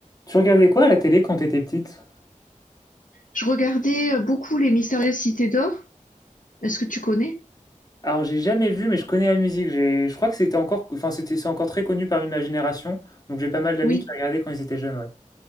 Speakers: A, on the left (about 30°); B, on the left (about 75°).
A: Tu regardais quoi à la télé quand t'étais petite?
B: Je regardais euh, beaucoup Les Mystérieuses Cités d'Or. Est-ce que tu connais?
A: Alors j'ai jamais vu, mais je connais la musique. J'ai, je crois que c'était encore, enfin c'était, c'est encore très connu parmi ma génération. Donc j'ai pas mal d'amis
B: Oui.
A: qui regardaient quand ils étaient jeunes, ouais.